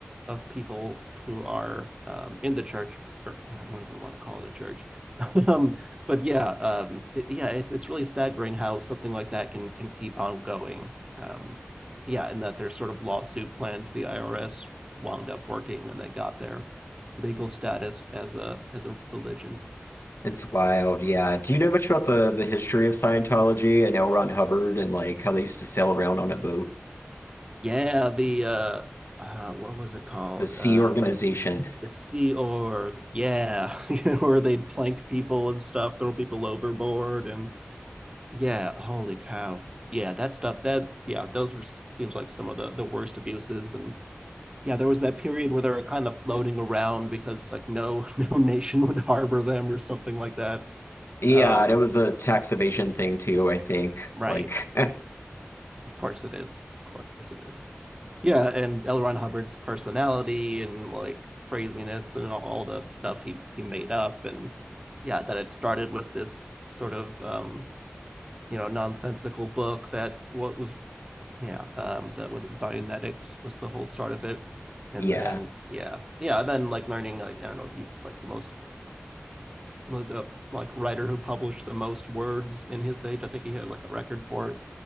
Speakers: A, on the right; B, on the left.
A: of people who are um, in the church. Or I don't even want to call it a church. <laughs> um, but yeah, um, it, yeah, it's it's really staggering how something like that can can keep on going. Um, yeah, and that their sort of lawsuit plan to the IRS wound up working, and they got their legal status as a as a religion.
B: it's wild. Yeah. Do you know much about the the history of Scientology and L. Ron Hubbard and like how they used to sail around on a boat?
A: Yeah, the uh, uh what was it called?
B: The Sea
A: Um,
B: Organization.
A: the Sea Org. Yeah, <laughs> where they'd plank people and stuff, throw people overboard, and yeah, holy cow. Yeah, that stuff. That yeah, those were seems like some of the the worst abuses and yeah, there was that period where they were kind of floating around because like no <laughs> no nation would harbor them or something like that.
B: Yeah,
A: Um,
B: and it was a tax evasion thing too, I think.
A: right.
B: Like,
A: Of course it is. Of course it is. Yeah, and L. Ron Hubbard's personality and like craziness and all the stuff he he made up and yeah, that it started with this sort of um, you know nonsensical book that what was yeah um, that was Dianetics was the whole start of it, and
B: <laughs> yeah.
A: then yeah yeah and then like learning like I don't know he was like the most the like writer who published the most words in his age I think he had like a record for it